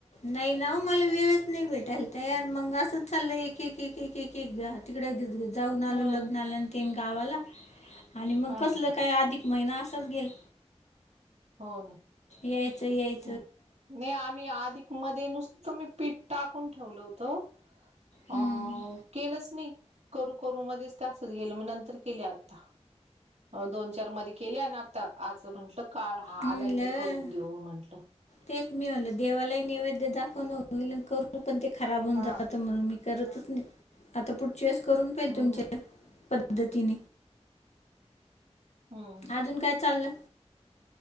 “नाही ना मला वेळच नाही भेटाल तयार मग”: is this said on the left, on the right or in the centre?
Left